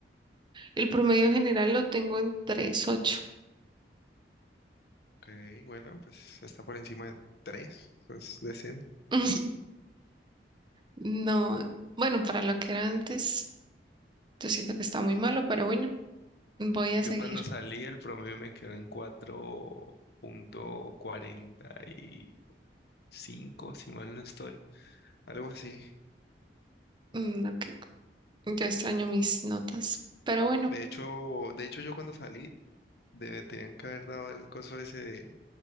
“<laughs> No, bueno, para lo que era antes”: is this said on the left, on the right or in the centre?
Right